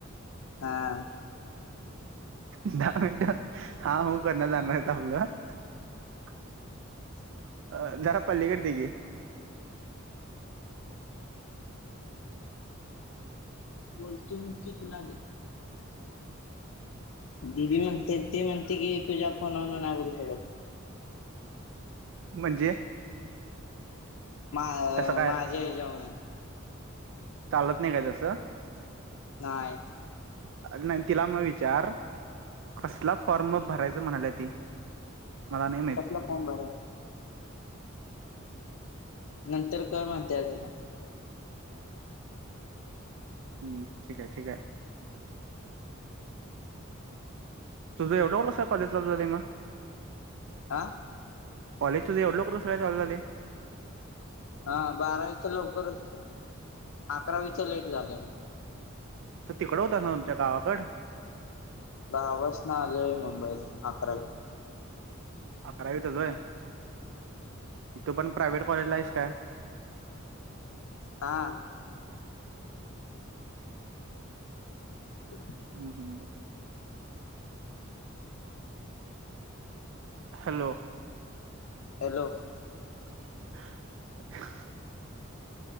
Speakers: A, on the left (about 85°); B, on the right (about 65°).
A: हा.
B: दहा मिनट हा हूं करण्यात जाणार आहे आपलं. <unintelligible>
A: <unintelligible>
B: अ जरा पल्लीकड त्याची
A: बोलत्यूम तीकलदे दिदी म्हणते ती म्हणते की तुझ्या फोनवरणा नाय म्हणून करत.
B: म्हणजे
A: मा
B: तसं काय
A: माझ्या ह्याज्या वन
B: चालत नाय काय तसं
A: नाय.
B: अरे नाय तिला म विचार कसला फॉर्म भरायचं म्हणाल्या ती मला नाय माहित
A: कसला फॉर्म भरयचा नंतर कर म्हणताय तिला
B: हम्म, ठीकाय ठीकाय. तुझ एवढा लवकर कस कॉलेज चालु झालंय मग?
A: आं
B: कॉलेज तुज एवढया लवकर कसं काय चालू झालय?
A: हां, बारावीच्या लवकरच होत्या अकरावीच लेट झालय.
B: तु तिकडं हुतास ना आमच्या गावाकड
A: गावापासन आलोय मुंबईला अकरावीला.
B: अकरावीतच आहे, तू पण प्रायव्हेट कॉलेजला आहेस काय?
A: हां. <inaudible>
B: हम्म हम् हॅलो
A: हॅलो
B: <unintelligible>